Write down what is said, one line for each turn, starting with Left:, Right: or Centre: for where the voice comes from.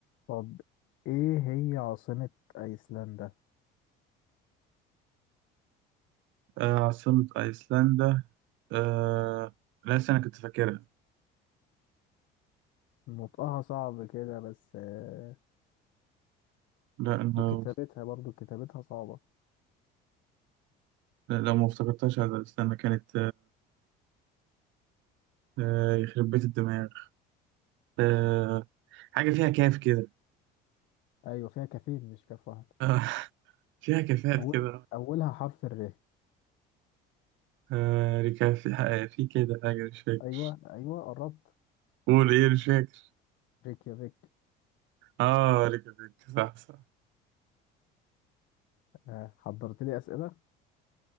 Left: طب ايه هي عاصمة ايسلندا
Right: آه عاصمة ايسلندا آه لا استنى كنت فاكرها
Left: نطقها صعب كده بس آه،
Right: لا أنا
Left: وكتابتها برضو كتابتها صعبة
Right: لا لا، ما افتكرتهاش هذا استنى كانت آه، يخرب بيت الدماغ آه، حاجة فيها كاف كده
Left: ايوه فيها كافين مش كاف واحد
Right: آه، <laughs> فيها كافات
Left: اول
Right: كده
Left: اولها حرف الر
Right: آه، ركاف آه، في كده حاجة مش فاكر
Left: ايوه ايوه قربت
Right: قول إيه مش فاكر
Left: ريكيافيك
Right: آه ركافات صح صح
Left: آه، حضرت لي اسئلة